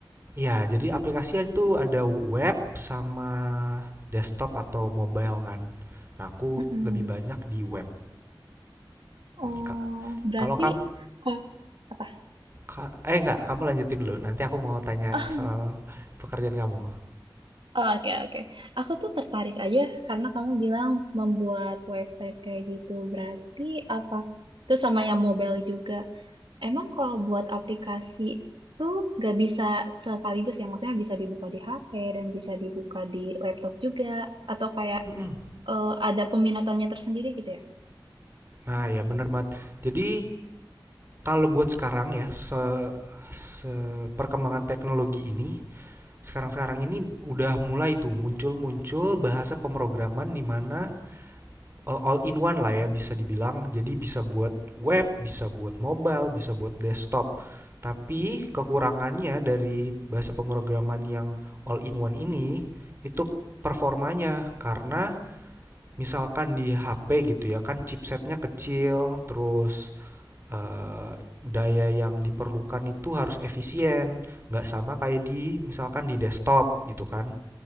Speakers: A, on the right; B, on the right.
A: Ya, jadi aplikasinya itu ada web sama desktop atau mobile kan. Nah, aku
B: Mm-mm.
A: lebih banyak di web.
B: Oh,
A: Ka-
B: berarti
A: Kalau kamu
B: kok apa?
A: ka- eh enggak, kamu lanjutin dulu. Nanti aku mau tanya
B: Oh,
A: soal pekerjaan kamu.
B: Oke, oke. Aku tuh tertarik aja karena kamu bilang membuat website kayak gitu. Berarti apa? Itu sama yang mobile juga. Emang kalau buat aplikasi tuh nggak bisa sekaligus ya, maksudnya bisa dibuka di HP dan bisa dibuka di laptop juga, atau kayak
A: Mm-mm.
B: eh, ada peminatannya tersendiri gitu ya?
A: Nah, ya bener banget. Jadi kalau buat sekarang ya, se, se- perkembangan teknologi ini, sekarang-sekarang ini udah mulai tuh muncul-muncul bahasa pemrograman di mana eh, all in one lah ya bisa dibilang. Jadi bisa buat web, bisa buat mobile, bisa buat desktop. Tapi kekurangannya dari bahasa pemrograman yang all in one ini itu performanya karena misalkan di HP gitu ya kan chipsetnya kecil, terus eh, daya yang diperlukan itu harus efisien, nggak sama kayak di misalkan di desktop gitu kan.